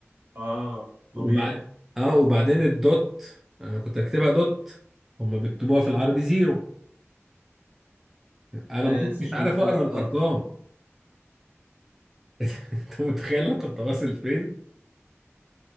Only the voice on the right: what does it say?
اه طبيعي
آه،
سكة
مختلفة
خالص